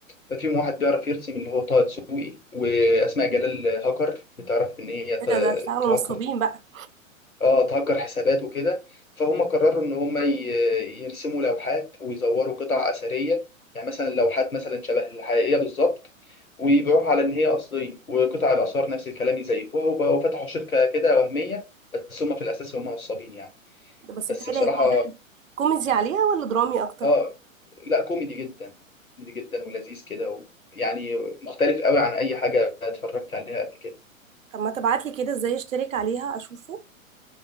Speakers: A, on the left; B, on the right.
A: ففيهم واحد بيعرف يرسم اللي هو طه دسوقي واسماء جلال هاكر بتعرف ان هي ت-
B: إيه ده ده اشتغلوا
A: تهكر
B: نصابين بقى
A: اه تهكر حسابات وكده فهم قرروا ان هم ي- يرسموا لوحات ويزوروا قطع اثريه يعني مثلا لوحات مثلا شبه الحقيقيه بالظبط ويبيعوها على ان هي اصليه وقطع الاثار نفس الكلام يزيفوها وبقوا فتحوا شركه كده وهميه بس هم في الاساس هم نصابين يعني
B: ده بس
A: بس
B: بتهيألي
A: بصراحه
B: هيكون ده كوميدي عليها ولا درامي أكتر؟
A: اه لا كوميدي جدا كوميدي جدا ولذيذ كده و... يعني مختلف قوي عن اي حاجه اتفرجت عليها قبل كده
B: طب ما تبعتلي كده إزاي أشترك عليها أشوفه